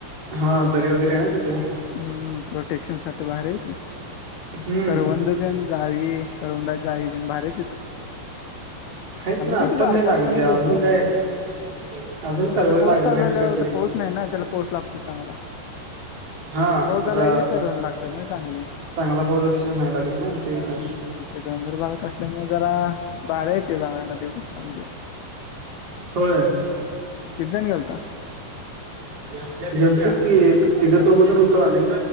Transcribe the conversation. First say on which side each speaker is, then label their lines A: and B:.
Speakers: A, on the right (about 35°); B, on the left (about 80°).
A: हा दरी वगैरे आहे ना तिथे.
B: हम्म. प्रोटेक्शन साठी भारी आहे की
A: हम्म
B: करवंद. तेन जाळी करवंदाच्या जाळी तेन भारी हाईत.
A: हाईत ना आत्ता
B: कधी बारका
A: नाही लागली.
B: असताना गेलतो.
A: अजून काय अजूनच करवंद
B: आता पाऊस
A: लागल
B: चालू
A: नाही
B: झाल्यावर
A: त्यातले.
B: आता पाऊस नाही ना त्याला पाऊस लागतोय चांगला.
A: हा
B: पाऊस
A: जरा
B: झाला की करवंद लागतात ना चांगले.
A: चांगला पाऊस झाल्याशिवाय नाही लागत ना ते
B: हम्म
A: एक आहे.
B: ते डोंगर भागात असल्यामुळे जरा भारी आहे ते बघायला देवस्थान ते.
A: होय.
B: किती जण गेलता?
A: गेलत की एक तिघ चौघ जण होतो आम्ही.